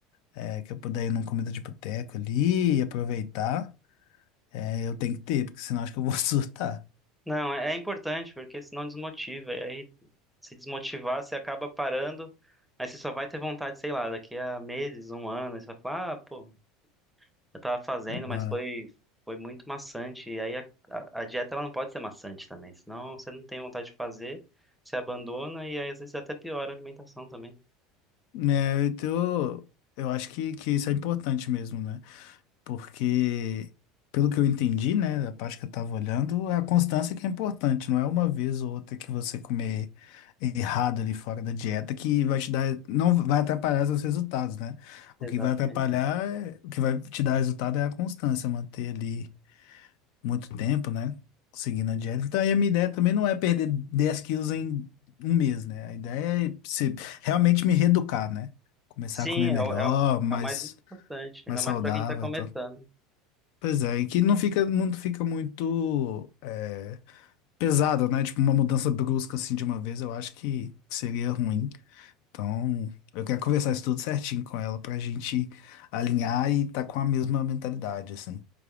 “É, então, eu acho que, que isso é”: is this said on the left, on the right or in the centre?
Left